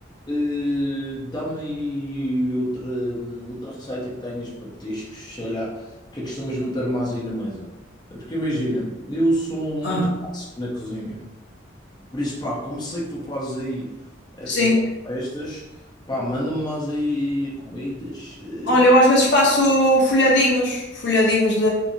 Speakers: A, on the left (about 20°); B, on the left (about 60°).
A: Eh, dá-me aí outra, outra receita que tenhas para petiscos, sei lá, que costumas meter mais aí na mesa. É Porque imagina, eu sou muito
B: Aham.
A: básico na cozinha. Por isso, pá, como sei que tu fazes aí essas
B: Sim.
A: festas, pá, manda-me mais aí comidas. Eh,
B: Olha, eu às vezes faço folhadinhos, folhadinhos de,